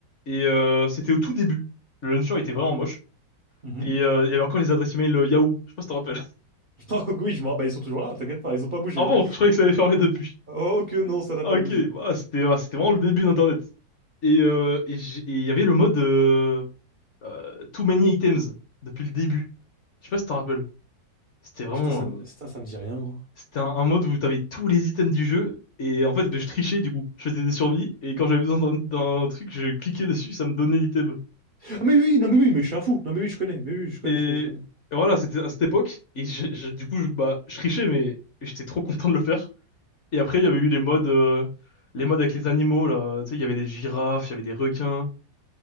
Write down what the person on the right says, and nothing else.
Mhm.
<laughs> Oh oui, je me rappelle, bah, ils sont toujours là, t'inquiète pas, ils ont pas bougé.
Hein.
Oh que non, ça n'a
pas
bougé.
Putain, ça, me- putain,
ça me dit rien, gros.
Ah mais oui, non mais oui, mais je suis un fou. Non mais oui, je connais, mais oui, je connais,
je connais, je connais.